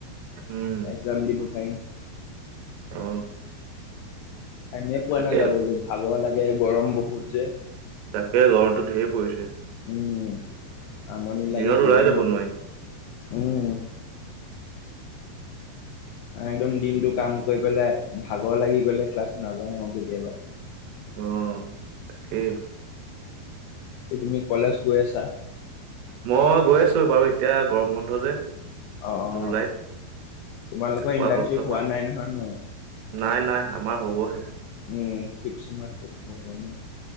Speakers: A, on the right; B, on the left.
A: উম
B: একজাম দিব পাইম
A: অ
B: টাইমে পোৱা
A: তাকে
B: নাই যাবলৈ ভাগৰ লাগে গৰম বহুত যে।
A: তাকে গৰমটো ধেই পৰিছে।
B: উম আমনি
A: দিনত
B: লাগে যোৱাই
A: ওলাই যাব
B: নহয়।
A: নোৱাৰি
B: উম। একদম দিনটো কাম কৰি পেলাই ভাগৰ লাগি গলে ক্লাছ নাযাওঁ কেতিয়াবা।
A: অ তাকেই।
B: কি তুমি কলেজ গৈ আছা
A: মই গৈ আছো বাৰু এতিয়া গৰম বন্ধ যে
B: অ অ
A: জুলাইত
B: তোমালোকৰ
A: আকৌ
B: ইণ্টাৰ্ণশ্বিপ
A: আগষ্টৰ পৰা
B: হোৱা নাই নহয় ন
A: নাই নাই আমাৰ হ'বহে
B: উম ফিপ চেমত হ'ব ন